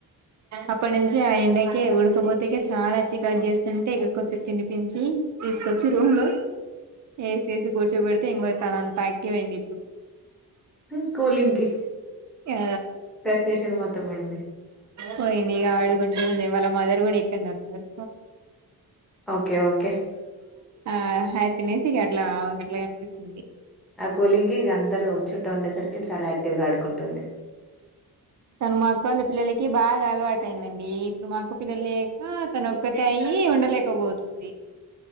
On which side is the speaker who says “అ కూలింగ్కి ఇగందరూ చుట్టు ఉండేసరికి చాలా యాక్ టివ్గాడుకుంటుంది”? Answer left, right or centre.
Centre